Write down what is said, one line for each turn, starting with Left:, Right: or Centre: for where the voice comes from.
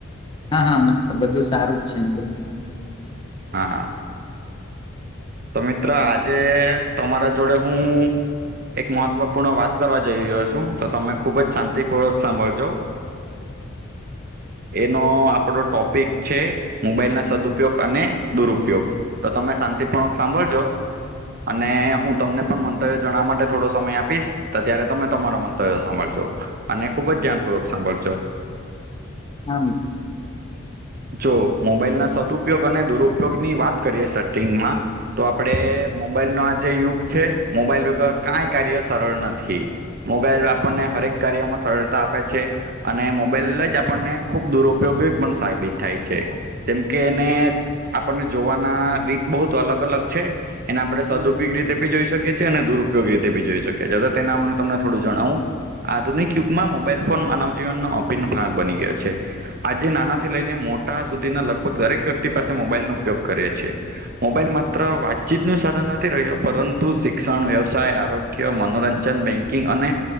Left: હા હા મતલબ બધું સારું જ છે એમ તો.
Right: હા. તો મિત્ર આજે તમારા જોડે હું એક મહત્વપૂર્ણ વાત કરવા જઈ રહ્યો છું તો તમે ખુબ જ શાંતિપૂર્વક સાંભળજો. એનો આપડો ટોપિક છે મોબાઈલ ના સદુપયોગ અને દુરુપયોગ. તો તમે શાંતિપૂર્વક સાંભળજો. અને હું તમને પણ મંતવ્ય જણાવવા માટે થોડો સમય આપીશ તો ત્યારે તમે તમારો મંતવ્ય સાંભળજો અને ખુબ જ ધ્યાનપૂર્વક સાંભળજો.
Left: હા, મિત્ર.
Right: જો મોબાઈલ ના સદઉપયોગ અને દુરુપયોગ ની વાત કરીએ સટિંગમાં તો આપડે મોબાઈલ નો આ જે યુગ છે મોબાઈલ વગર કઈ કાર્ય સરળ નથી. મોબાઈલ આપણને હરેક કાર્યમાં સરળતા આપે છે. અને મોબાઈલ જ આપણને ખુબ દુરુપયોગી પણ સાબિત થાય છે. જેમ કે એને આપણને જોવાના રીત બહુ અલગ અલગ છે. એને આપડે સદઉપયોગ રીતે બી જોઈ શકીએ છીએ અને દુરુપયોગ રીતે બી જોઈ શકીએ છીએ તો તેના આપ તમને થોડું જણાવું. આધુનિક યુગમાં મોબાઈલ ફોન માનવ જીવનનો અભિન્ન ભાગ બની ગયો છે આજે નાનાથી લઈ ને મોટા સુધીના લગભગ દરેક વ્યક્તિ પાસે મોબાઈલ નો ઉપયોગ કરીએ છીએ. મોબાઈલ માત્ર વાતચીત નું સાધન નથી રહ્યો પરંતુ શિક્ષણ વ્યવસાય આરો ગ્ય મનોરંજન બેંકિંગ અને